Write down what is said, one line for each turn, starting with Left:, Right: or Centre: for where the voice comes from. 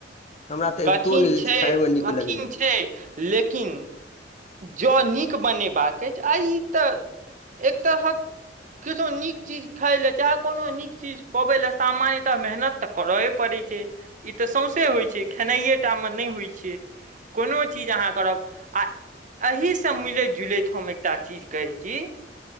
Left: हमरा तऽ
Right: कठिन
Left: अबितो नहि
Right: छै
Left: अछि खायमे नीक
Right: कठिन
Left: लगैए
Right: छै लेकिन जँ नीक बनेबाक अछि आ ई तऽ एक तरह किछो नीक चीज खाय ले चाहे कोनो नीक चीज पबै ले सामान्य तऽ मेहनत तऽ करे पड़े छै ई तऽ सौंसे होइ छै खेनाइए टा में नहि होइ छै कोनो चीज अहाँ करब आ एहिसँ मिलैत जुलैत हम एकटा चीज कहैत छी